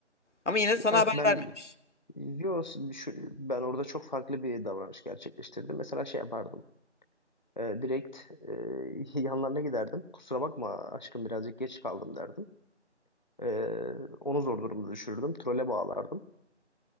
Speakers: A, on the left (about 85°); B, on the left (about 40°).
A: Ama yine
B: Ya
A: sana haber
B: ben
A: vermemiş.
B: yok şu- ben orada çok farklı bir davranış gerçekleştirdim. Mesela şey yapardım. Ee, direkt e, <laughs> yanlarına giderdim. Kusura bakma aşkım birazcık geç kaldım derdim. Ee, onu zor durumda düşürürdüm. Trole bağlardım.